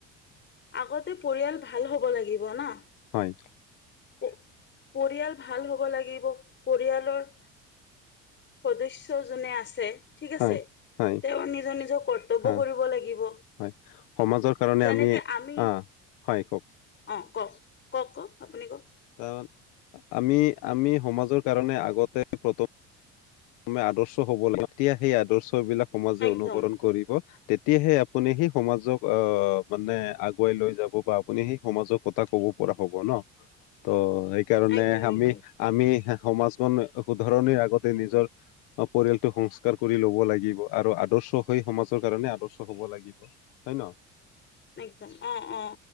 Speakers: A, on the left (about 40°); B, on the left (about 85°).
A: আগতে পৰিয়াল ভাল হ'ব লাগিব না।
B: হয়।
A: পৰিয়াল ভাল হ'ব লাগিব পৰিয়ালৰ- সদস্যজোনে আছে, ঠিক আছে।
B: হয় হয়
A: তেওঁৰ নিজৰ নিজৰ কৰ্তব্যও
B: হা
A: কৰিব লাগিব,
B: হয় সমাজৰ কাৰণে
A: যেনেকে- আমি
B: আহ হয় কওক
A: অঁ কওক কওক কওক আপুনি কওক?
B: তাৰ আমি আমি সমাজৰ কাৰণে আগতে- <unintelligible> মে আদৰ্শ হ'ব লাগিব, তেতিয়া সেই আদৰ্শ বিলাক সমাজে
A: একদম
B: অনুকৰণ কৰিব। তেতিয়াহে আপুনি সেই সমাজক আহ মানে আগুৱাই লৈ যাব বা আপুনি সেই সমাজক কথা ক'ব- পৰা হ'ব ন? ত এক- কাৰণে
A: একদম
B: আমি
A: একদম উম
B: আমি সমাজখন শুধৰণিৰ আগতে নিজৰ- অঁ পৰিয়ালটোক সংস্কাৰ কৰি ল'ব লাগিব আৰু আদৰ্শ হৈ সমাজৰ কাৰণে আদৰ্শ হব লাগিব। হয় ন?
A: একদম, অঁ অঁ।